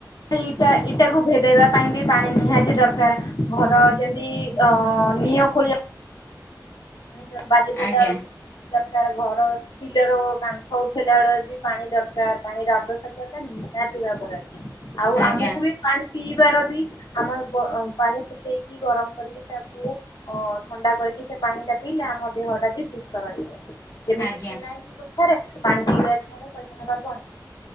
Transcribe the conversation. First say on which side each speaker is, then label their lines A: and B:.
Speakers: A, on the left; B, on the left.
A: ସେଇଟା ଇଟାକୁ ଭେଦେଇବା। ପାଇଁ ବି ପାଣି ନିହାତି ଦରକାର ଘର ଯେମିତି ଅଁ ନିଅଁ ଖୋଳିବା। ପାଣି ବାଲି ଦେଲା
B: ଆଜ୍ଞା
A: ବେଳକୁ ଦରକାର ଘର। ପିଲର ଓ କାନ୍ଥ ଉଠେଇଲା ବେଳେ ବି ପାଣି ଦରକାର ପାଣିର ଆବଶ୍ୟକତା ନିହାତି ଭାବରେ ଅଛି। ଆଉ
B: ଆଜ୍ଞା
A: ଆମକୁ ବି। ପାଣି ପିଇବାର ବି ଆମର ବ ପାଣି ଫୁଟେଇକି ଗରମ କରିକି ତାକୁ। ଓ ଥଣ୍ଡା କରିକି ସେ ପାଣି ଟା। ପିଇ ଲେ ଆମ ଦେହଟା ବି ସୁସ୍ଥ ରହିବ ଯେମିତି
B: ଆଜ୍ଞା
A: କିି ନାଇଁ କି କଥାରେ ରେ ପାଣି ପିଇଛା ପଇସା ନବା ଗଣି।